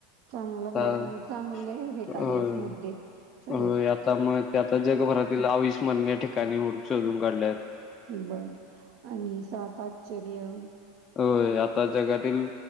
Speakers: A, on the right; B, on the left.
A: चांगला
B: आता
A: मं चांगले हे
B: होय
A: काढल्यास मुद्दे सगळे
B: होय आता मग ते आता
A: हं,
B: जगभरातील आविस्मरणीय ठिकाणी होडू शोधून काढल्यात.
A: बर आणि सात आश्चर्य.
B: हो आता जगातील